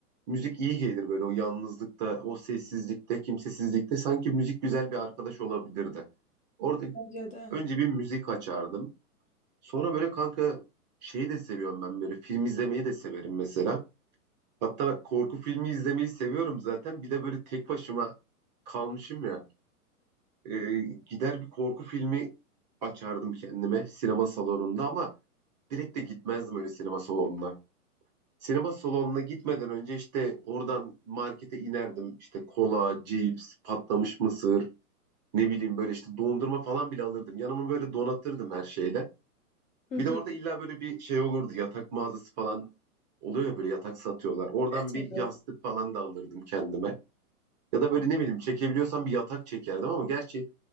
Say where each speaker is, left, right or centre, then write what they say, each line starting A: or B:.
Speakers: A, on the right; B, on the left.
A: müzik iyi gelir böyle o yalnızlıkta, o sessizlikte, kimsesizlikte sanki müzik güzel bir arkadaş olabilirdi. Orada
B: Bence de.
A: önce bir müzik açardım. Sonra böyle kanka şeyi de seviyorum ben böyle film izlemeyi de severim mesela. Hatta korku filmi izlemeyi seviyorum zaten. Bir de böyle tek başıma kalmışım ya. Ee, gider bir korku filmi açardım kendime sinema salonunda ama direkt de gitmezdim öyle sinema salonuna. Sinema salonuna gitmeden önce işte oradan markete inerdim. İşte kola, cips, patlamış mısır, ne bileyim böyle işte dondurma falan bile alırdım. Yanımı böyle donatırdım her şeyle.
B: <laughs>
A: Bir de orada illa böyle bir şey olurdu. Yatak mağazası falan oluyor ya böyle yatak satıyorlar. Oradan
B: E tabii.
A: bir yastık falan da alırdım kendime. Ya da böyle ne bileyim çekebiliyorsam bir yatak çekerdim ama gerçi